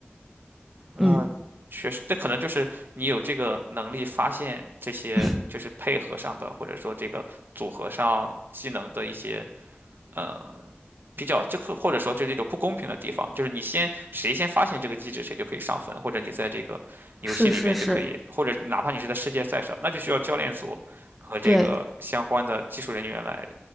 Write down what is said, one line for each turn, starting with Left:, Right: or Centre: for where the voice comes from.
Right: 那确实，
Centre: 嗯，
Right: 这可能就是你有这个能力发现这些，
Centre: <laughs>
Right: 就是配合上的，或者说这个组合上技能的一些呃比较，这个或者说就这种不公平的地方，就是你先谁先发现这个机制，谁就可以上分，或者你在这个游戏里边就可以，
Centre: 是是是，
Right: 或者哪怕你是在世界赛上，那就需要教练组和这个相关的技术人员来
Centre: 对，